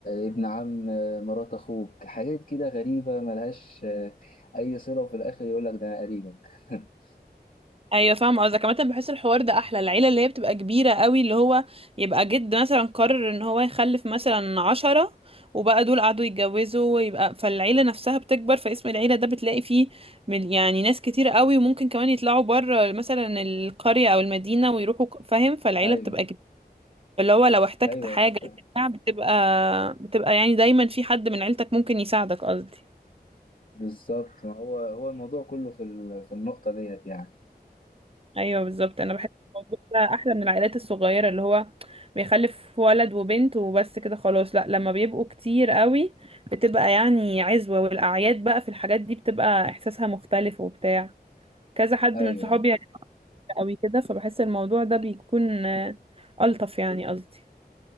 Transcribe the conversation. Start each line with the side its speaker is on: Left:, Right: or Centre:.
Left: ابن عم مرات اخوك حاجات كده غريبة ملهاش اي صلة وفي الاخر يقول لك ده أنا قريبك <laughs>
Right: ايوه فاهمه قصدك كمان بحس الحوار ده احلى العيله اللي هي بتبقى كبيره قوي اللي هو يبقى جد مثلا قرر ان هو يخلف مثلا عشرة وبقى دول قعدوا يتجوزوا ويبقى فالعيله نفسها بتكبر فاسم العيله ده بتلاقي فيه من يعني ناس كتير قوي وممكن كمان يطلعوا بره مثلا القريه او المدينه ويروحوا ك- فاهم فالعيله
Left: ايوه
Right: بتبقى كبيره اللي هو لو احتجت
Left: ايوه
Right: حاجه
Left: فاهم
Right: بتاع بتبقى بتبقى يعني دايما في حد من عيلتك ممكن يساعدك قصدي
Left: بالظبط ما هو هو الموضوع كله في ال... في النقطة ديت يعني
Right: ايوه بالظبط انا بحس الموضوع ده احلى من العائلات الصغيره اللي هو بيخلف ولد وبنت وبس كده خلاص لا لما بيبقوا كتير قوي بتبقى يعني عزوه والاعياد بقى في الحاجات دي بتبقى احساسها مختلف وبتاع كذا حد
Left: ايوه
Right: من صحابي يعني قوي كده فبحس الموضوع ده بيكون آه، الطف يعني قصدي